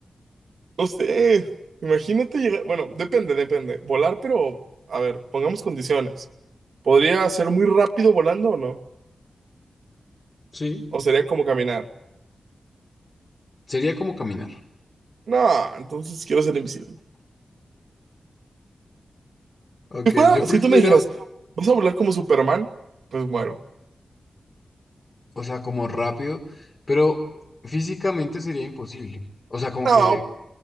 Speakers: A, on the right (about 85°); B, on the left (about 40°).
A: No sé, imagínate llegar, bueno, depende, depende. Volar, pero, a ver, pongamos condiciones. ¿Podría ser muy rápido volando o no?
B: sí,
A: ¿O sería como caminar?
B: sería como caminar.
A: No, entonces quiero ser invisible.
B: Ok,
A: Si fuera,
B: yo prefiero
A: si tú me dijeras, ¿vas a volar como Superman? Pues muero.
B: o sea, como rápido, pero físicamente sería imposible. O sea, como
A: No,
B: que